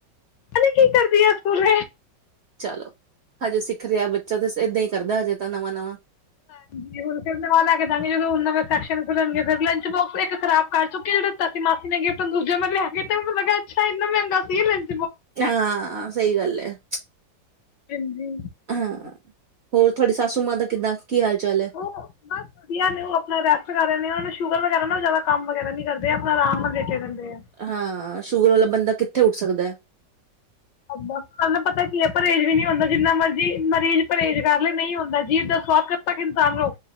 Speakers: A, on the left (about 75°); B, on the right (about 55°).
A: ਕ ਕੀ ਕਰਦੀ ਆ ਸਕੂਲ
B: ਚਲੋ ਹਜੇ ਸਿੱਖ ਰਿਹਾ ਬੱਚਾ ਤਾਂ ਏਦਾਂ ਹੀ ਕਰਦਾ ਹਜੇ ਤਾਂ ਨਵਾਂ ਨਵਾਂ
A: ਹਾਂਜੀ ਹੁਣ ਫਰ ਨਵ ਲੈ ਕੇ ਦਾਂਗੇਦੋਂ ਨਵੇਂ ਸੈਕਸ਼ਨ ਖੁੱਲਣਗੇ ਫ ਲੰਚ ਬੋਕ ਇੱਕ ਖਰਾਬ ਕਰ ਚੁੱਕੇ ਜਿਹੜੇ ਤਸੀ ਮਾਸੀ ਨੇ ਗਿਟਨ ਦੂਜੇ ਮਗਰ ਕੇਨੂੰ ਲੱ ਅੱਛਾ ਇੰਨਾ ਮਹਿੰਗਾ ਸੀ ਲੰ
B: ਹਾਂ ਸਹੀ ਗੱਲ ਹੈ
A: ਹਾਂਜੀ
B: ਹਾਂ ਹੋਰ ਤੁਹਾਡੀ ਸਸੂ ਮਾਂ ਦਾ ਕਿੱਦਾਂ ਕੀ ਹਾਲ ਚਾਲ ਹੈ
A: ਉਹ ਬਸ ਵਧੀਆ ਨੇ ਉਹ ਆਪਣਾ ਰੈਸਟ ਕਰ ਰਹੇ ਨੇ ਉਹਨਾਂ ਨੂੰ ਸ਼ੂਗਰ ਵਗੈਰਾ ਨਾ ਜ਼ਿਆਦਾ ਕੰਮ ਵਗੈਰਾ ਨੀ ਕਰਦੇ ਆਪਣਾ ਆਰਾਮ ਲੇਟੇ ਰਹਿੰਦੇ ਆ
B: ਹਾਂ ਸ਼ੂਗਰ ਵਾਲਾ ਬੰਦਾ ਕਿੱ ਇੱਥੇ ਉੱਠ ਸਕਦਾ ਹੈ
A: ਸ ਨੂੰ ਪਤਾ ਕੀ ਹੈ ਪਰਹੇਜ਼ ਵੀ ਨਹੀਂੀ ਹੁੰਦਾ ਜਿੰਨਾ ਮਰਜ਼ੀ ਮਰੀਜ਼ ਪਰਹੇਜ਼ ਕਰ ਲ ਨਹੀਂ ਹੁੰਦਾ ਜੀਵ ਦਾ ਸਵਾਦ ਕਿਦ ਤੱਕ ਇਨਸਾਨ ਰੋ